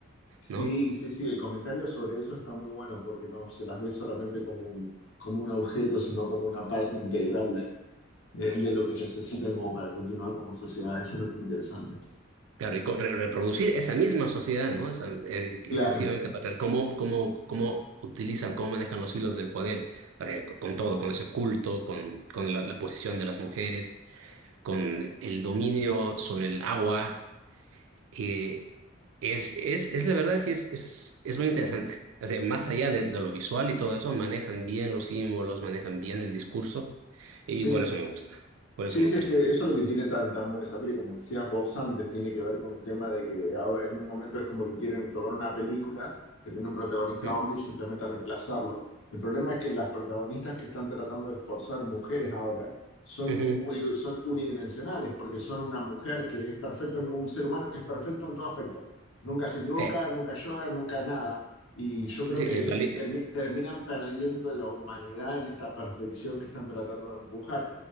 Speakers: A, on the left; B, on the right.
A: Sí,
B: ¿no?
A: sí, sí, el comentario sobre eso está muy bueno porque no se las ve solamente como un, como un objeto, sino como una parte integral de, de- de lo que necesitan como para continuar como sociedad. Eso es lo que es interesante.
B: Claro, y co- re- reproducir esa misma sociedad, ¿no? Esa, eh, excesivamente
A: Claro,
B: patriarcal, cómo, cómo, cómo utilizan, cómo manejan los hilos del poder, eh, con todo, con ese culto, con, con la la posición de las mujeres. con el dominio sobre el agua. eh, es, es, es la verdad, sí, es, es, es muy interesante. O sea, más allá de, de lo visual y todo eso, manejan bien los símbolos, manejan bien el discurso y
A: sí,
B: por eso me gusta. Por
A: Sí,
B: eso me
A: sí,
B: gusta.
A: es que eso es lo que tiene tan, tan buena esa peli, como decías vos antes, tiene que ver con un tema de que ahora- en un momento es como que quieren tomar una película que tiene un protagonista
B: Mm.
A: hombre y simplemente reemplazarlo. El problema es que las protagonistas que están tratando de forzar mujeres ahora son
B: Ujú.
A: muy, son unidimensionales, porque son una mujer que es perfecta, un ser humano que es perfecto en todo aspecto. Nunca se equivoca,
B: Sí,
A: nunca llora, nunca nada. Y yo creo
B: sí,
A: que
B: es vali-
A: termi-
B: eh,
A: terminan perdiendo la humanidad en esta perfección que están tratando de empujar